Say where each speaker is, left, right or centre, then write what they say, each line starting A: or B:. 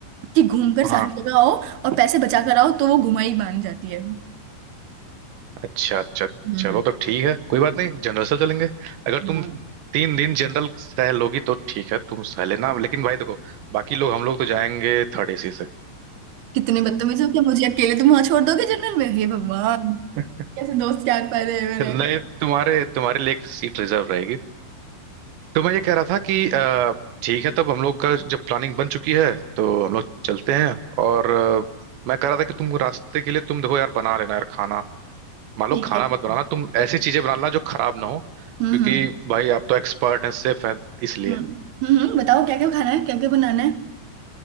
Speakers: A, on the right; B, on the right.
A: कि घूम कर सारी
B: हाँ
A: जगह आओ और पैसे बचा कर आओ तो वो घुमाई मान जाती है
B: अच्छा अच्छा
A: हम्म
B: चलो तो ठीक है कोई बात नहीं जनरल से चलेंगे अगर तुम
A: हाँ।
B: तीन दिन जनरल सह लोगी तो ठीक है तुम सह लेना लेकिन भाई देखो बाकी लोग हम लोग तो जाएंगे थर्ड एसी से
A: कितने बदतमीज हो क्या मुझे अकेले तुम वहां छोड़ दोगे जनरल में हे भगवान
B: <laughs>
A: कैसे दोस्त क्या पा रहे हैं मेरे
B: नहीं तुम्हारे तुम्हारे लिए एक सीट रिजर्व रहेगी तो मैं ये कह रहा था कि अ, ठीक है तब हम लोग का जब प्लानिंग बन चुकी है तो हम लोग चलते हैं और अ, मैं कह रहा था कि तुम रास्ते के लिए तुम देखो यार बना लेना यार खाना मान
A: ठीक
B: लो खाना
A: है ठीक
B: मत बनाना
A: है
B: तुम ऐसी चीजें बना लेना जो खराब ना हो
A: हम्म
B: क्योंकि
A: हम्म
B: भाई आप तो एक्सपर्ट हैं सेफ हैं इसलिए
A: हम्म हम्म बताओ क्या क्या खाना है क्या क्या बनाना है